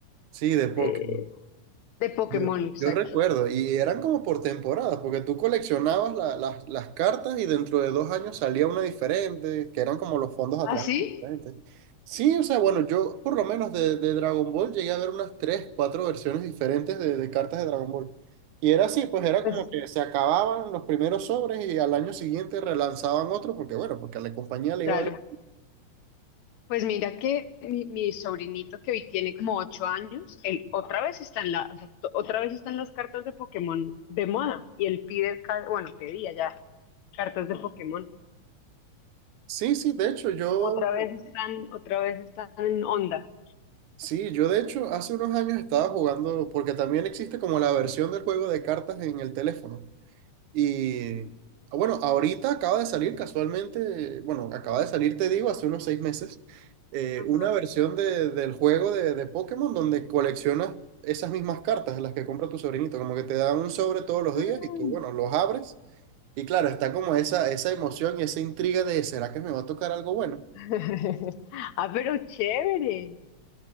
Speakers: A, on the right (about 85°); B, on the left (about 75°).
A: sí, de Pokémon.
B: De, de Pokémon,
A: Yo,
B: exacto.
A: yo recuerdo, y eran como por temporadas, porque tú coleccionabas la- las las cartas y dentro de dos años salía una diferente, que eran como los fondos atrás
B: ¿Ah, sí?
A: diferentes. Sí, o sea, bueno, yo por lo menos de, de Dragon Ball llegué a ver unas tres, cuatro versiones diferentes de, de cartas de Dragon Ball. Y era así, pues era
B: Pues
A: como que se acababan los primeros sobres y al año siguiente relanzaban otro, porque bueno, porque a la compañía le
B: claro,
A: iba bien.
B: Pues mira que mi, mi sobrinito que hoy tiene como ocho años, él otra vez está en la, o sea, to- otra vez están las cartas de Pokémon de moda y él pide, ca- bueno, pedía ya cartas de Pokémon.
A: Sí, sí, de hecho, yo
B: Otra vez están, otra vez están en onda.
A: Sí, yo de hecho hace unos años estaba jugando, porque también existe como la versión del juego de cartas en el teléfono. Y ah, bueno, ahorita acaba de salir casualmente, bueno, acaba de salir, te digo, hace unos seis meses, eh,
B: Ajá.
A: una versión de- del juego de, de Pokémon donde coleccionas esas mismas cartas, las que compra tu sobrinito, como que te dan un sobre todos
B: Ah,
A: los días y tú, bueno, los abres. Y claro, está como esa, esa emoción y esa intriga de, ¿será que me va a tocar algo bueno?
B: <laughs> Ah, pero chévere.